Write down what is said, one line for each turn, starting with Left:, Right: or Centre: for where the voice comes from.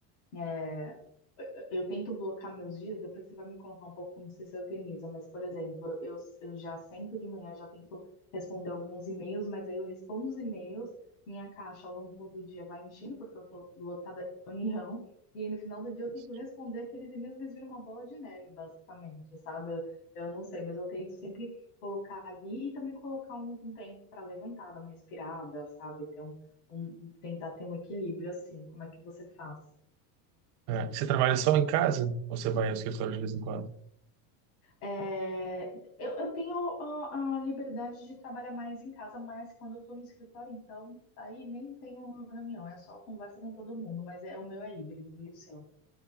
Left: é, eu tento blocar meus dias, depois você vai me contar um pouco como você se organiza, mas, por exemplo, eu, eu já sento de manhã, já tento responder alguns e-mails, mas aí eu respondo os e-mails, minha caixa ao longo do dia vai enchendo, porque eu tô lotada de reunião, e aí no final
Right: <laughs>
Left: do dia eu tento responder aqueles e-mails, mas vira uma bola de neve, basicamente, sabe? Eu, eu não sei, mas eu tento sempre colocar ali e também colocar um, um tempo para levantar, dar uma respirada, sabe? Ter um, um, tentar ter um equilíbrio assim, como é que você faz?
Right: Ah, você trabalha só em casa? Ou você vai ao escritório de vez em quando?
Left: É, eu, eu tenho a, a liberdade de trabalhar mais em casa, mas quando eu tô no escritório, então, aí nem tenho reunião, é só conversa com todo mundo, mas é o meu é híbrido e o seu.